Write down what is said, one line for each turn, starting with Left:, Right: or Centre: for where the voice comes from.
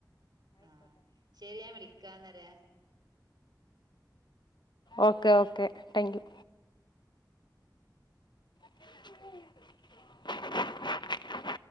Right: ആഹ ശരി ഞാൻ വിളിക്കാന്നര
Left: ഓക്കെ ഓക്കേ താങ്ക് യു <inaudible>